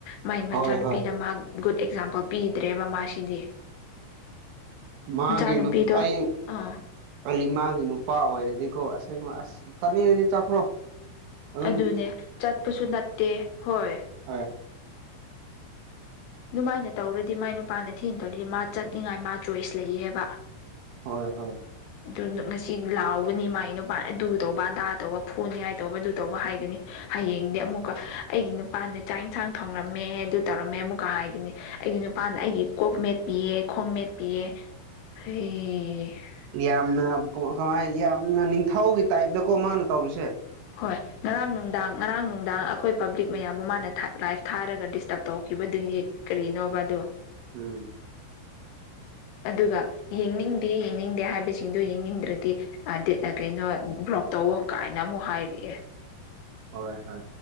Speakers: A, on the left; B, on the right.
A: ꯃꯥꯒꯤ ꯃꯆꯥꯅꯨꯄꯤꯗ
B: ꯍꯣꯏ ꯍꯣꯏ
A: ꯃꯥ ꯒꯨꯗ ꯑꯦꯛꯖꯥꯝꯄꯜ ꯄꯤꯗ꯭ꯔꯦꯕ ꯃꯥꯁꯤꯗꯤ
B: ꯃꯥꯒꯦꯅꯨ
A: ꯃꯆꯥꯅꯨꯄꯤꯗꯣ
B: ꯑꯩ
A: ꯑꯥ
B: ꯑꯩ ꯃꯥꯒꯤ ꯅꯨꯄꯥ ꯑꯣꯏꯔꯗꯤꯀꯣ ꯑꯁꯩꯅꯣ ꯑꯁ ꯇꯅꯦꯔꯗꯤ ꯆꯠꯈ꯭ꯔꯣ ꯑꯗꯨꯝ
A: ꯑꯗꯨꯅꯦ ꯆꯠꯄꯁꯨ ꯅꯠꯇꯦ ꯍꯣꯏ
B: ꯍ
A: ꯑꯗꯨꯃꯥꯏꯅ ꯇꯧꯔꯗꯤ ꯃꯥꯏ ꯅꯨꯄꯥꯅ ꯊꯤꯅ ꯇꯧꯔꯗꯤ ꯃꯥ ꯆꯠꯅꯤꯡꯉꯥꯏ ꯃꯥ ꯆꯣꯏꯁ ꯂꯩꯌꯦꯕ
B: ꯍꯣꯏ ꯍꯣꯏ
A: ꯑꯗꯨ ꯉꯁꯤ ꯂꯥꯎꯒꯅꯤ ꯃꯥꯒꯤ ꯅꯨꯄꯥ ꯑꯗꯨꯗꯨ ꯇꯧꯕ ꯑꯗꯥ ꯇꯧꯕ ꯐꯣꯟꯅꯤ ꯍꯥꯏ ꯇꯧꯕ ꯑꯗꯨꯗꯨ ꯇꯧꯕ ꯍꯥꯏꯒꯅꯤ ꯍꯌꯦꯡꯗꯤ ꯑꯃꯨꯛꯀ ꯑꯩꯒꯤ ꯅꯨꯄꯥꯅ ꯆꯥꯛ ꯌꯦꯟꯁꯥꯡ ꯊꯣꯡꯉꯝꯃꯦ ꯑꯗꯨ ꯇꯧꯔꯝꯃꯦ ꯑꯃꯨꯛ ꯀꯥ ꯍꯥꯏꯒꯅꯤ ꯑꯩꯒꯤ ꯅꯨꯄꯥꯅ ꯑꯩꯒꯤ ꯀꯣꯛ ꯃꯦꯠꯄꯤꯤꯌꯦ ꯈꯣꯡ ꯃꯦꯠꯄꯤꯌꯦ ꯍ
B: ꯌꯥꯝꯅ ꯀꯃꯥꯏ ꯌꯥꯝꯅ ꯅꯤꯡꯊꯧꯒꯤ ꯇꯥꯏꯞꯇꯀꯣ ꯃꯥꯅ ꯇꯧꯔꯤꯁꯦ
A: ꯍꯣꯏ ꯉꯔꯥꯡ ꯅꯨꯡꯗꯥꯡ ꯉꯔꯥꯡ ꯅꯨꯡꯗꯥꯡ ꯑꯩꯈꯣꯏ ꯄꯕ꯭ꯂꯤꯛ ꯃꯌꯥꯝꯕꯨ ꯃꯥꯅ ꯊ ꯃꯥꯅ ꯂꯥꯏꯐ ꯊꯥꯔꯒ ꯗꯤꯁꯇꯞ ꯇꯧꯈꯤꯕꯗꯨꯒꯤ꯫ ꯀꯔꯤꯅꯣꯕꯗꯣ
B: ꯎꯝ
A: ꯑꯗꯨꯒ ꯌꯦꯡꯅꯤꯡꯗꯦ ꯌꯦꯡꯅꯤꯡꯗꯦ ꯍꯥꯏꯕꯁꯤꯡꯗꯨꯣ ꯌꯦꯡꯅꯤꯡꯗ꯭ꯔꯗꯤ ꯀꯩꯅꯣ ꯕ꯭ꯂꯣꯛ ꯇꯧꯋ ꯀꯥꯏꯅ ꯑꯃꯨꯛ ꯍꯥꯏꯔꯛꯑꯦ
B: ꯍꯣꯏ ꯍꯣꯏ